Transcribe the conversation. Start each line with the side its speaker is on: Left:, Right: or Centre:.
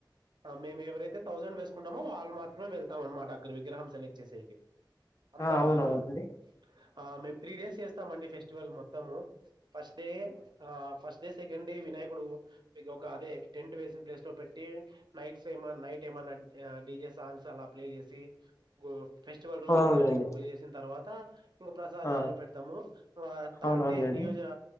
Right: మేము ఎవరైతే థౌసండ్ వేసుకుంటామో వాళ్ళు మాత్ర మాత్రమే వెళ్తాం అన్నమాట అగ విగ్రహం సెక్ట్ చేసే కి అందరు
Left: ఆ అవునవునండి
Right: రారు ఆ మేము త్రీ డేస్ చేస్త స్తామండి ఫెస్టివల్ మొత్తము ఫస్ట్ డే ఆ ఫస్ట్ డే సెకండ్ డే వినాయకుడు ఒక అదే టెంట్ వేసిన ప్లేస్ లో పెట్టి నైట్స్ ఏ నైట్ ఏమన్నా డీజే సాంగ్స్ అలా ప్లే చేసి ఫెస్టివల్
Left: అవునవునులేండి
Right: రోజు దేవునికి పూజ చేసిన తర్వాత ఇంకా ప్రసాదాలు
Left: ఆ
Right: పెడతాము థర్డ్
Left: అవునవునులేండి
Right: డే నియోజన